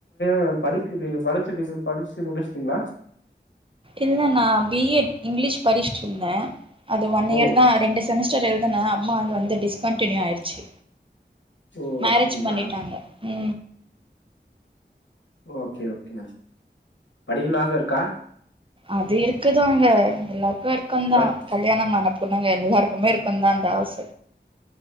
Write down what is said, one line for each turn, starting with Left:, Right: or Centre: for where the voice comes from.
Left: ம் படிக் நீங்க படிச்சீட் படிச்சு முடிச்சுட்டீங்களா
Right: இல்ல நா பி எட் இங்கிலீஷ் படிச்சட்டு இருந்தே அது ஒன்
Left: ஓ
Right: இயர் தா ரெண்டு செமிஸ்டர் எழுதுனே அம்மா வந்து வந்து டிஸ்கன்டினியூ ஆயிடுச்சு
Left: ஓ
Right: மேரேஜ்
Left: அப்டிங்களா
Right: பண்ணிட்டாங்க உ
Left: ஓகே ஓகே மேம் படிக்கணு ஆசை இருக்கா
Right: அது இருக்குதாங்க எல்லாருக்கு இருக்குதா
Left: பட்
Right: கல்யாணோ ஆன பொண்ணுங்க எல்லாருக்கு மே இருக்கு தா அந்த ஆச